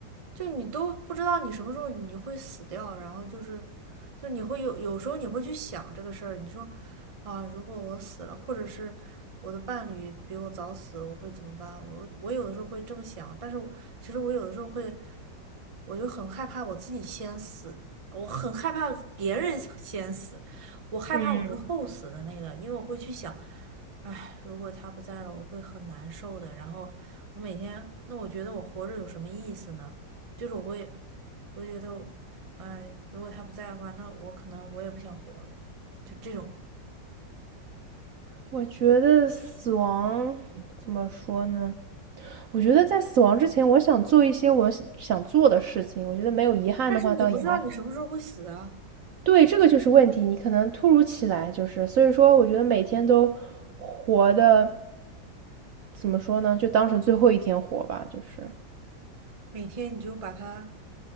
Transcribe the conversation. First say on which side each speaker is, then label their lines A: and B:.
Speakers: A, on the right (about 50°); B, on the right (about 70°).
A: 就你都不知道你什么时候你会死掉，然后就是就你会有有时候你会去想这个事儿，你说啊，如果我死了，或者是我的伴侣比我早死，我会怎么办？我我有的时候会这么想，但是我其实我有的时候会，我就很害怕我自己先死。我很害怕别人先死，我害怕我是后死的那个，
B: 嗯。
A: 因为我会去想。唉，如果他不在了，我会很难受的。然后我每天，那我觉得我活着有什么意思呢？就是我会，我觉得唉，如果他不在的话，那我可能我也不想活了。就这种，
B: 我觉得死亡怎么说呢？我觉得在死亡之前，我想做一些我想做的事情。我觉得没有遗憾的话，
A: 但是你不知道你什么时候会死啊。
B: 倒也还对，这个就是问题。你可能突如其来，就是所以说，我觉得每天都活的怎么说呢？就当成最后一天活吧。就是
A: 每天你就把它，